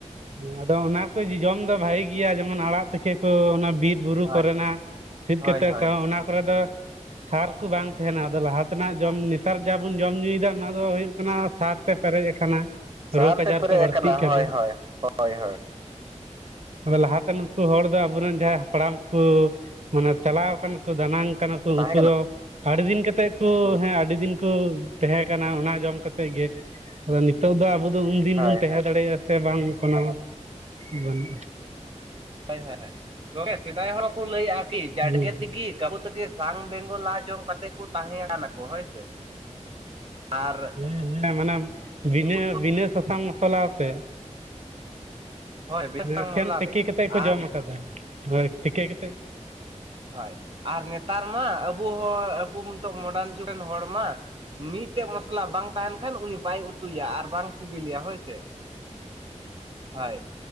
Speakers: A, on the right (about 65°); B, on the right (about 50°).
A: ᱦᱮᱸ ᱟᱫᱚ ᱚᱱᱟ ᱠᱚ ᱡᱚᱡᱚᱢ ᱫᱚ ᱵᱷᱟᱜᱤ ᱜᱮᱭᱟ, ᱡᱮᱢᱚᱱ ᱟᱲᱟᱜ ᱛᱮᱠᱮ ᱠᱚ ᱚᱱᱟ ᱵᱤᱨ ᱵᱩᱨᱩ
B: ᱦᱳᱭ
A: ᱠᱚᱨᱮᱱᱟᱜ ᱥᱤᱫ
B: ᱦᱳᱭ
A: ᱠᱟᱛᱮ
B: ᱦᱳᱭ ᱦᱳᱭ
A: ᱠᱚ ᱚᱱᱟ᱾ ᱠᱚᱨᱮ ᱫᱚ ᱥᱟᱨ ᱠᱚ ᱵᱟᱝ ᱛᱟᱦᱮᱱᱟ ᱟᱫᱚ ᱞᱟᱦᱟ ᱛᱮᱱᱟᱜ ᱡᱚᱢ, ᱱᱮᱛᱟᱨ ᱡᱟᱵᱚᱱ ᱡᱚᱢ ᱧᱩᱭᱮᱫᱟ ᱚᱱᱟ ᱫᱚ ᱦᱩᱭᱩᱜ ᱠᱚᱱᱟ ᱥᱟᱨ ᱛᱮ ᱯᱮᱨᱮᱡ ᱟᱠᱟᱱᱟ
B: ᱥᱟᱨ
A: ᱨᱳᱜᱽ ᱟᱡᱟᱨ
B: ᱛᱮ ᱯᱮᱨᱮᱡ
A: ᱠᱚ ᱵᱟᱹᱲᱛᱤᱜ
B: ᱟᱠᱟᱱᱟ
A: ᱠᱟᱱᱟ᱾
B: ᱦᱳᱭ ᱦᱳᱭ ᱦᱳᱭ ᱦᱳᱭ
A: ᱞᱟᱦᱟᱛᱮ ᱱᱩᱠᱩ ᱦᱚᱲ ᱫᱚ ᱟᱵᱚᱨᱮᱱ ᱡᱟᱦᱟᱸᱭ ᱦᱟᱯᱲᱟᱢ ᱠᱩ᱾ ᱢᱟᱱᱮ ᱪᱟᱞᱟᱣ ᱠᱟᱱᱟ ᱠᱚ ᱫᱟᱱᱟᱝ ᱠᱟᱱᱟ ᱠᱚ
B: ᱛᱟᱦᱮᱸ
A: ᱩᱱᱠᱩ
B: ᱠᱟᱱᱟ
A: ᱫᱚ ᱟᱹᱰᱤᱫᱤᱱ ᱠᱟᱛᱮᱫ ᱠᱚ
B: ᱦᱩᱸ
A: ᱦᱮᱸ ᱟᱹᱰᱤ ᱫᱤᱱ᱾ ᱛᱚ ᱛᱟᱦᱮᱸ ᱠᱟᱱᱟ ᱚᱱᱟ ᱡᱚᱢ ᱠᱟᱛᱮ ᱜᱮ, ᱟᱫᱚ ᱱᱤᱛᱚᱜ ᱫᱚ ᱟᱵᱚ ᱫᱚ ᱩᱱᱫᱤᱱ
B: ᱦᱳᱭ
A: ᱵᱚᱱ ᱛᱟᱦᱮᱸ
B: ᱦᱳᱭ
A: ᱫᱟᱲᱮᱭᱟᱜᱼᱟ᱾ ᱥᱮ ᱵᱟᱝ ᱠᱳᱱᱳ ᱵᱟᱹᱱᱩᱜᱼᱟ
B: ᱦᱳᱭ ᱦᱳᱭ ᱜᱚᱢᱠᱮ ᱥᱮᱫᱟᱭ ᱦᱚᱲ ᱠᱚ ᱞᱟᱹᱭᱮᱫᱼᱟ ᱠᱤ ᱡᱟᱰᱜᱮ
A: ᱦᱩᱸ ᱦᱩᱸ
B: ᱛᱤᱠᱤ ᱠᱟᱵᱩ ᱛᱤᱸᱠᱤᱱ ᱥᱟᱝ ᱵᱮᱝᱜᱚᱞ ᱞᱟ ᱡᱚᱢ ᱠᱟᱛᱮ ᱠᱚ ᱛᱟᱦᱮᱸᱭᱟᱱᱟᱠᱚ ᱦᱳᱭ ᱥᱮ ᱟᱨ
A: ᱦᱮᱸ ᱦᱮᱸ ᱢᱟᱱᱮ ᱵᱤᱱᱟᱹ
B: ᱩᱱᱠᱩ
A: ᱵᱤᱱᱟᱹ ᱥᱟᱥᱟᱝ ᱢᱚᱥᱞᱟ ᱟᱛᱮ᱾
B: ᱦᱳᱭ ᱵᱮᱥ ᱥᱟᱝ
A: ᱮᱠᱷᱮᱱ
B: ᱢᱚᱥᱞᱟ
A: ᱛᱤᱠᱤ
B: ᱛᱮ
A: ᱠᱟᱛᱮ ᱠᱚ
B: ᱟᱨ
A: ᱡᱚᱢᱠᱟᱫᱟ ᱦᱳᱭ ᱛᱤᱠᱤ ᱠᱟᱛᱮ᱾
B: ᱦᱳᱭ ᱟᱨ ᱱᱮᱛᱟᱨ ᱢᱟ ᱟᱵᱚ ᱦᱚᱸ ᱟᱵᱚ ᱱᱤᱛᱚᱜ ᱢᱚᱰᱟᱨᱱ᱾ ᱡᱩᱜᱨᱮᱱ ᱦᱚᱲ ᱢᱟ ᱢᱤᱫ ᱴᱟᱝ ᱢᱚᱥᱞᱟ ᱵᱟᱝ ᱛᱟᱦᱮᱱ ᱠᱷᱟᱱ ᱩᱱᱤ ᱵᱟᱭ ᱩᱛᱩᱭᱟ ᱟᱨ ᱵᱟᱝ ᱥᱤᱵᱤᱞᱮᱭᱟ ᱦᱳᱭ᱾ ᱥᱮ ᱦᱚᱭ